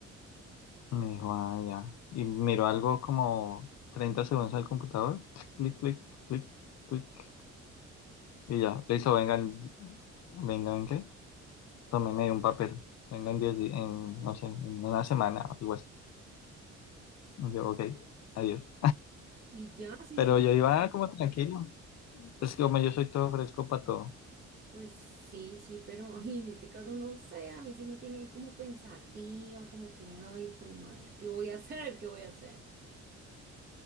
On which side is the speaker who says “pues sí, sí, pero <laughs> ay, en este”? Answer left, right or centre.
Right